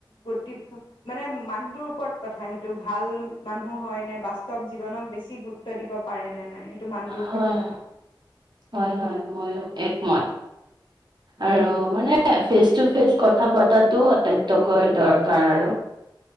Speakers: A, on the left; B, on the right.
A: গতিত- মানে মানুহটোৰ ওপৰত কথা সেইটো ভাল মানুহ হয় নে বাস্তৱ জীৱনক বেছি গুৰুত্ব- দিব পাৰে নে নাই। মানুহটোৰ
B: হয়
A: ওপৰত কথা
B: হয় হয় ময়ো একমত। আৰু মানে ফেচ টু ফেচ কথা পাতাতো আটাইতকৈ দৰকাৰ।